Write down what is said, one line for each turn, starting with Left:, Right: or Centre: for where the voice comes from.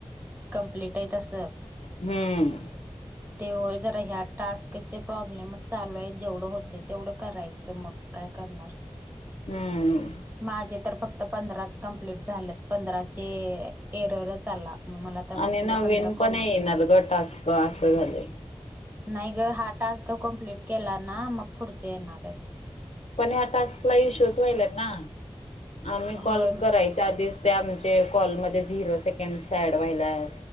Right: कंप्लीट आहे तसं.
Left: हम्म.
Right: तेव्हा जरा ह्या टास्कचे प्रॉब्लेम चालू आहे जेवढं होते तेवढं करायचं मग
Left: हम्म.
Right: मा फक्त पं प्ट झाल्यात पंधराचे एररच आला. मग मला तर
Left: आणि
Right: फक्त
Left: ना
Right: त्या पंधरा
Left: विन पण
Right: कॉलचे
Left: येणार ग टास्क असं झाले.
Right: नाही ग हा टास्क कम्प्लीट केला ना मग पुढचे येणार आहेत.
Left: पण ह्या टास्कला इशूच व्हालात ना आम्ही कॉल
Right: होय
Left: करायच्या आधी त्या आमचे कॉलमध्ये झिरो सेकंड सॅड व्हाला आहे.